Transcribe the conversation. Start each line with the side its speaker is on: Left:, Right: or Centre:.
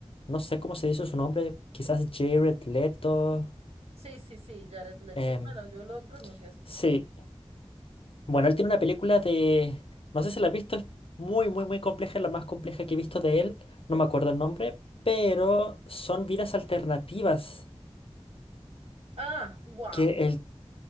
Left: no sé cómo se dice su nombre, quizás Jared Leto.
Right: Sí, sí, sí, Jared Leto.
Left: em,
Right: Bueno, yo lo pronuncio así.
Left: Sí. Bueno, él tiene una película de... No sé si la has visto, es muy, muy, muy compleja, es la más compleja que he visto de él, no me acuerdo el nombre, pero son vidas alternativas.
Right: Ah, wow.
Left: Que el...